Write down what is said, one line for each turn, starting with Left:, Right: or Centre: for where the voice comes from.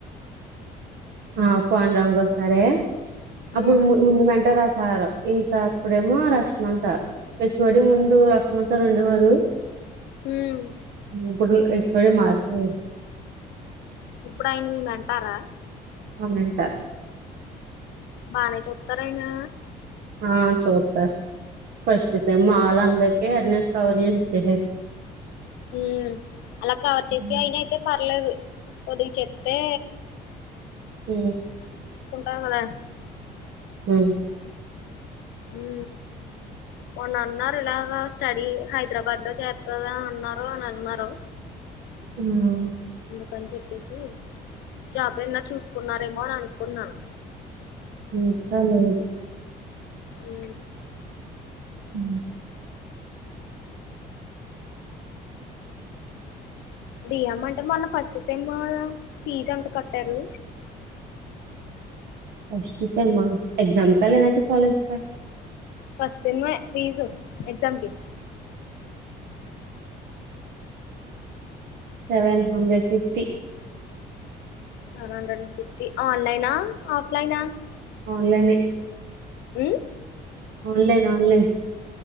Right: ఆ పాండు రంగ సారే అప్పుడు
Left: ఉమ్
Right: ముందు మంట రాస్ సార్ ఈసార్ అప్పుడేమో Laxman sir H O D ముందు లక్ష్మణ్ సార్ ఉండేవారు
Left: ఉమ్
Right: ఇప్పుడు హెచ్ ఒ డి మారిపోయారు
Left: ఇప్పుడు ఆయన మీ మంటార
Right: <unintelligible>
Left: బానే చూతార అయినా
Right: ఆ చుతర్ ఫస్ట్ సేమ్ మా వాళ్ళందరికీ అటెండెన్స్ కవర్ చేసి ఇచ్చేసార్
Left: ఉ అలా కవర్ చేసి
Right: ఉమ్
Left: అయిన అయితే పర్లేదు కొద్దిగ చెప్తే
Right: ఊ
Left: <unintelligible>
Right: ఉ
Left: ఉ మొన్న అన్నారు ఇలాగ స్టడీ హైదరాబాద్ లో చేస్తాదా అన్నారు అని అన్నారు
Right: ఉహ్మ్
Left: కన్ చెప్పేసి జాబ్ ఎన్న చూసుకున్నారేమో అని అనుకున్నా
Right: ఇంకా లేదు
Left: ఉ
Right: ఉ
Left: డియ్యం అంటార్ మొన్న ఫస్ట్ సేమ్ యూ ఫీజ్ ఎంత కట్టారు
Right: ఫస్ట్ సెమ్ ఆ ఎగ్జామ్ కా లేదంటే కాలేజ్ కా
Left: ఫస్ట్ సెమ్ ఏ ఫీజు ఎగ్జామ్ కి
Right: seven hundred fifty
Left: seven hundred and fifty online ఆ ఆఫ్లైన్ ఆ
Right: ఆన్లైన్ నే
Left: ఉ
Right: ఆన్లైన్ ఆన్లైన్